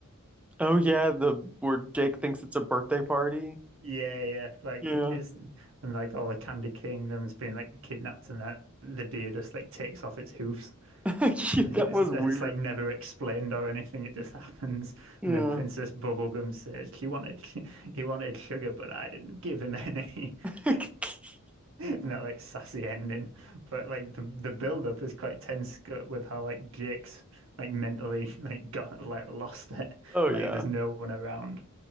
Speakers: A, in the centre; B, on the right.
A: Oh yeah, the where Jake thinks it's a birthday party.
B: Yeah, yeah. Like
A: Yeah.
B: it's and like all the Candy Kingdom's been like kidnapped and that the deer just like takes off its hoofs. <laughs>
A: <laughs>
B: It's,
A: That was
B: just-
A: weird.
B: it's like never explained or anything. It just <laughs> happens.
A: Yeah.
B: And then Princess Bubblegum says he wanted <laughs> he wanted sugar, but I didn't give him any.
A: <laughs>
B: <laughs> And that like sassy ending. But like the the build up is quite tense co- with how like Jake's like mentally <laughs> like got like lost it.
A: Oh
B: Like
A: yeah.
B: there's no one around.